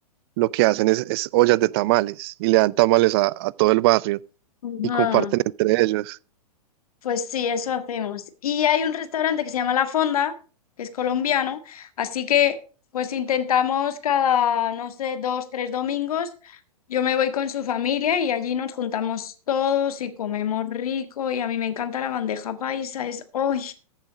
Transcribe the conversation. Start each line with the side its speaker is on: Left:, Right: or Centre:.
Right: lo que hacen es, es ollas de tamales y le dan tamales a, a todo el barrio
Left: ajá.
Right: y comparten entre ellos.
Left: Pues sí, eso hacemos. Y hay un restaurante que se llama La Fonda, que es colombiano, así que pues intentamos cada, no sé, dos, tres domingos, yo me voy con su familia y allí nos juntamos todos y comemos rico y a mí me encanta la bandeja paisa, es hoy